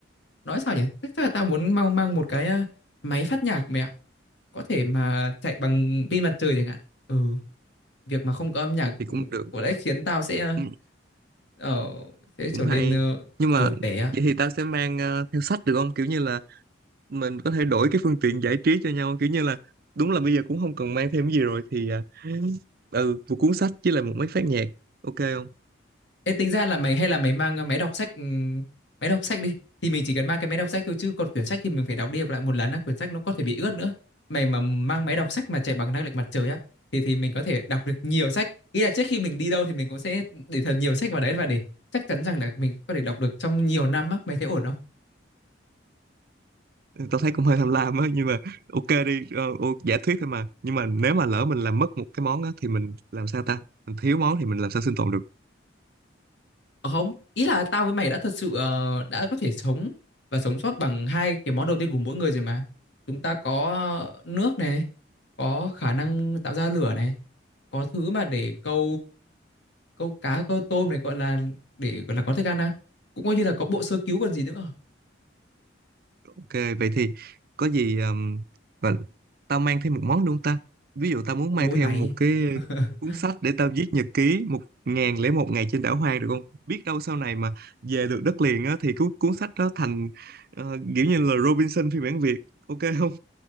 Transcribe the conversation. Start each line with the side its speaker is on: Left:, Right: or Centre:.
Left: nói sao nhỉ chắc chắc là tao muốn mang mang một cái ờ, máy phát nhạc mẹ ạ có thể mà chạy bằng pin mặt trời chẳng hạn ừ việc mà không có âm nhạc
Right: thì cũng
Left: ừ,
Right: được
Left: có lẽ khiến tao sẽ ờ,
Right: cũng,
Left: ờ, sẽ trở
Right: cũng hay
Left: nên ờ,
Right: nhưng mà
Left: buồn tẻ
Right: vậy thì tao sẽ mang ờ, theo sách được không kiểu như là mình có thể đổi cái phương tiện giải trí cho nhau kiểu như là đúng là bây giờ cũng không cần mang thêm cái gì rồi thì ờ, ừ một cuốn sách với lại một máy phát nhạc ok không
Left: Ê, tính ra là mày hay là mày mang ờ, máy đọc sách ừm, máy đọc sách đi thì mình chỉ cần mang cái máy đọc sách thôi chứ còn quyển sách thì mình phải đọc đi đọc lại một lần á quyển sách nó có thể bị ướt nữa mày mà mang máy đọc sách mà chạy bằng năng lượng mặt trời á thì thì mình có thể đọc được nhiều sách ý là trước khi mình đi đâu thì mình cũng sẽ để thật nhiều sách vào đấy và để chắc chắn rằng là mình có thể đọc được trong nhiều năm á mày thấy ổn không
Right: tao thấy cũng hơi tham lam á nhưng mà ok đi ờ, ô- giả thuyết thôi mà nhưng mà nếu mà lỡ mình làm mất một cái món á thì mình làm sao ta mình thiếu món thì mình làm sao sinh tồn được
Left: Ờ, Không, ý là tao với mày đã thật sự ờ, đã có thể sống và sống sót bằng hai cái món đầu tiên của mỗi người rồi mà. Chúng ta có nước này, có khả năng tạo ra lửa này, có thứ mà để câu câu cá, câu tôm này gọi là để gọi là có thức ăn à. Cũng coi như là có bộ sơ cứu còn gì nữa.
Right: ok vậy thì có gì um, và tao mang thêm một món đúng không ta ví dụ tao muốn
Left: Ôi
Right: mang theo
Left: mày,
Right: một cái
Left: <laughs>
Right: cuốn sách để tao viết nhật ký một ngàn lẻ một ngày trên đảo hoang được không biết đâu sau này mà về được đất liền á thì cuốn cuốn sách đó thành ờ, kiểu như là Robinson phiên bản Việt ok không